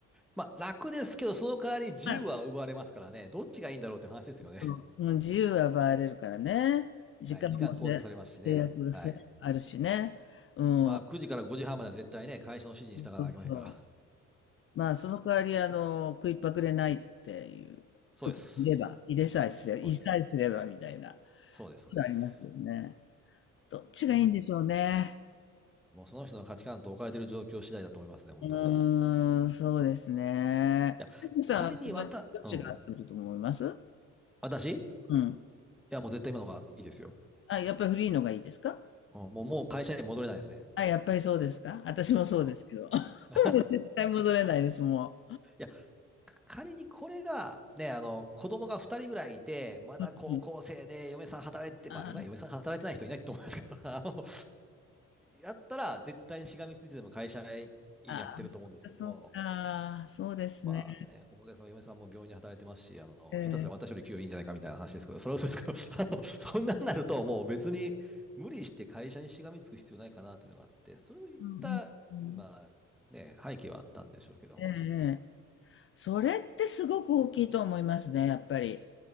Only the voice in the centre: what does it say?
まあ、楽ですけど、その代わり自由は奪われますからね、
どっちがいいんだろうって話ですよね。
<laughs>
はい、時間拘束されますしね。
はい。
まあ、9時から5時半までは絶対ね、会社の指示に従わなきゃいけませんから。
そうです。
そうです。
そうです、そうです。
もうその人の価値観と置かれている状況次第だと思いますね、本当に。
い
や、
仮にわた、うん。私
いや、もう絶対今のがいいですよ。
うん、もう、もう会社に戻れないですね。
うん
<laughs>
いや、か仮にこれが、ね、あの、子供が2人ぐらいいて、まだ高校生で嫁さん働いて、
まあ、今、嫁さん働いてない人いないと思いますけど、<laughs> あの、やったら、絶対にしがみついてでも会社員やってると思うんですけど
まあね、おかげさまで嫁さんも病院で働いてますし、あの、
下手すら私より給与いいんじゃないかみたいな話ですけど、それは嘘ですけど、<laughs> あの、そんなんなるともう別に無理して会社にしがみつく必要ないかなというのがあって、それを言った、
まあね、背景はあったんでしょうけども。